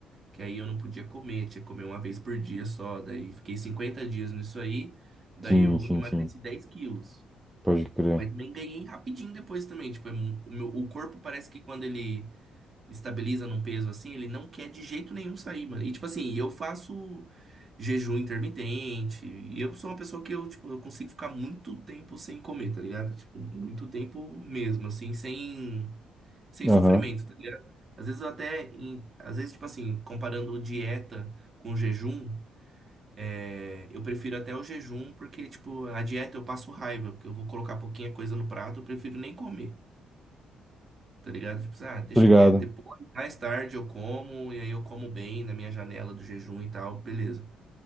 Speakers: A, on the right; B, in the centre.
A: que aí eu não podia comer, tinha que comer uma vez por dia só, daí fiquei 50 dias nisso aí, daí
B: Sim,
A: eu
B: sim,
A: emagreci
B: sim.
A: 10 quilos.
B: Pode crer.
A: Mas também ganhei rapidinho depois também, tipo, é mu- o meu- o corpo parece que quando ele estabiliza num peso assim, ele não quer de jeito nenhum sair, mano. E tipo assim, eu faço jejum intermitente, e eu sou uma pessoa que eu, tipo, eu consigo ficar muito tempo sem comer, tá ligado? Tipo, muito tempo mesmo, assim, sem, sem
B: Aham.
A: sofrimento, tá ligado? Às vezes eu até, em- às vezes, tipo assim, comparando dieta com jejum, é, eu prefiro até o jejum, porque, tipo, a dieta eu passo raiva, porque eu vou colocar pouquinha coisa no prato, eu prefiro nem comer. Tá ligado? Tipo, assim, ah, deixa
B: Tô ligado.
A: quieto, depois, mais tarde eu como, e aí eu como bem na minha janela do jejum e tal, beleza.